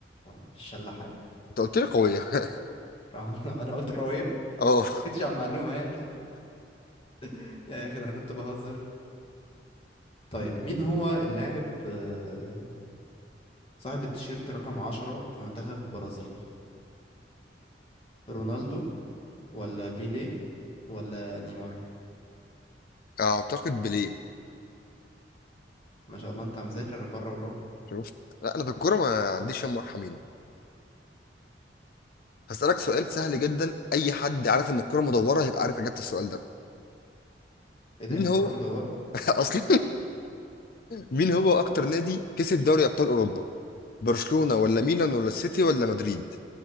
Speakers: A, on the left; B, on the left.
A: في الشلاحات
B: انت قلت لي قويه <laughs>
A: <laughs> أنا قلت كروية
B: اه
A: مكنتش عن معلومة يعني <laughs> يا أخي ده أنا كنت بهزر طيب مين هو اللاعب آه، صاحب التيشيرت رقم عشرة في منتخب البرازيل رونالدو ولا بيليه ولا نيمار
B: اعتقد بليه
A: ما شاء الله انت مذاكر بره وروح
B: شفت لا انا في الكوره ما عنديش يا مرحمين هسألك سؤال سهل جدا اي حد عارف ان الكوره مدوره هيبقى عارف اجابه السؤال ده
A: ايه ده
B: مين
A: هي الكرة
B: هو
A: مدورة
B: <laughs> اصلا مين هو اكتر نادي كسب دوري ابطال اوروبا برشلونه ولا ميلان ولا السيتي ولا مدريد